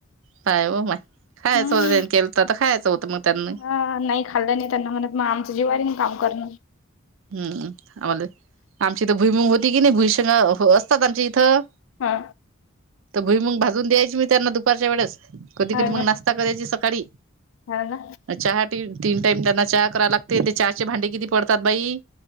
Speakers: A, on the right; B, on the left.
A: काय हो माय खायचं
B: हम्म
A: होतं त्यांनी केलं तर तर खायचं होतं मग त्यांना
B: हा नाही खाल्लं नाही त्यांना म्हणत मग आमच जीवारी काम करणं
A: हम् आम्हाला आमची इथं भुईमंग होती कि नाही भुईशंग असतात आमची इथं
B: हा
A: तर भुईमूग भाजून द्यायची मी त्यांना दुपारच्या वेळेस कधी
B: हा
A: कधी मग
B: ना
A: नाश्ता करायची सकाळी
B: हा ना
A: चहा टी तीन टाईम त्यांना चहा करावे लागते ते चहाचे भांडे किती पडतात बाई